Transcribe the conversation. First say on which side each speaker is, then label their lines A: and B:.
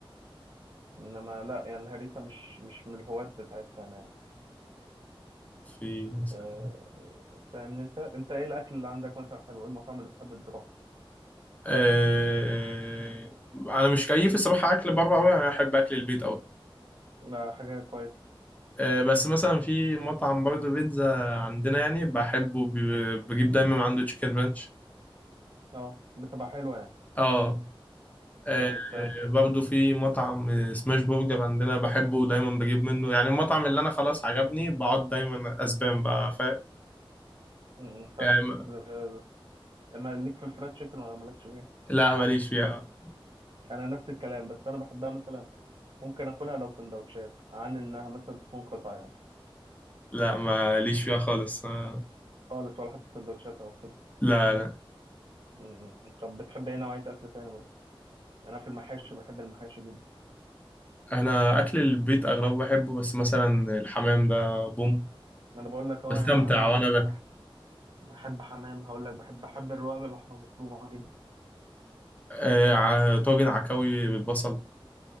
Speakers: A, on the right; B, on the left.
A: انما لا يعني الهريسه مش مش من الهواة بتاعتها انا يعني.
B: في مثلا
A: آه، فاهمني انت انت ايه الاكل اللي عندك مثلا حلو ايه المطاعم اللي بتحب تروح
B: آه، أنا مش كيف الصراحة أكل بره أوي أنا أحب أكل البيت أوي
A: ما حاجه كويسه
B: آه، بس مثلا في مطعم برضه بيتزا عندنا يعني بحبه بي- بجيب دايما من عنده تشيكن رانش
A: اه بتبقى حلوه يعني
B: اه آه،
A: امم فاهم
B: برضه في مطعم سماش برجر عندنا بحبه دايما بجيب منه يعني المطعم اللي انا خلاص عجبني بقعد دايما اسبان بقى فاهم
A: امم فاهمك
B: يعني ما-
A: آه، اما ليك في الفرايد تشيكن ولا مالكش فيها
B: لا ماليش فيها
A: انا نفس الكلام بس انا بحبها مثلا ممكن اكلها لو سندوتشات عن انها مثلا تكون قطع يعني
B: لا ماليش فيها خالص آه،
A: خالص ولا حتى سندوتشات او كده
B: لا لا
A: امم. طب بتحب ايه نوعيه اكل تاني برضه يعني انا في المحاشي بحب المحاشي جدا
B: انا اكل البيت اغلبه بحبه بس مثلا الحمام ده بوم
A: ما انا بقول لك اه
B: بستمتع
A: يعني بحب محشي
B: وانا باكل
A: بحب بحب حمام هقول لك بحب بحب الرقاب اللحمه المفرومه جدا
B: آه، ع- طاجن عكاوي بالبصل